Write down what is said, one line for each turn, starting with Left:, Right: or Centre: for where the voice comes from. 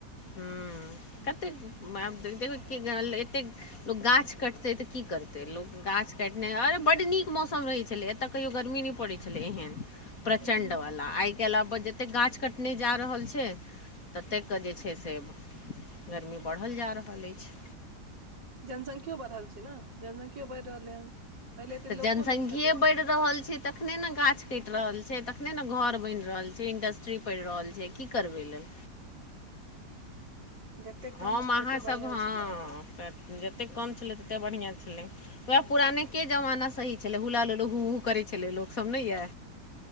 Left: हुँ कतेक देख <unintelligible> लोक गाछ कटतै तऽ की करतै लोक गाछ काटने अरे बड्ड नीक मौसम रहैत छलै ए एतअ कहियौ गर्मी नइ परै छलै एहेन प्रचंड
Right: हूँ
Left: वाला आइ काल्हि आब जेते गाछ काटने जा रहल छै ततेक कऽ जे छै से गर्मी बढ़ल जा रहल अछि
Right: जनसंख्यो बढ़ल छै नऽ जनसंख्यो बढ़ि रहलै हन पहिले एतेक
Left: तऽ
Right: लोको
Left: जनसंख्ये
Right: नहि छलै
Left: बढ़ि रहल छी तखने नऽ गाछ कट रहल छै तखने नऽ घर बनि रहल छै इंडस्ट्री पैड़ रहल छै छै की करबै ओई लेल
Right: जते
Left: हम
Right: कम छलै
Left: अहाँसभ
Right: ओते बढ़िआँ
Left: हँ
Right: छलै
Left: तऽ जतेक कम छलै तते बढ़िआँ छलै उएह पुरानेके जमाना सही छलै हुला ला लू लू हू हू करै छलै लोकसभ नै यै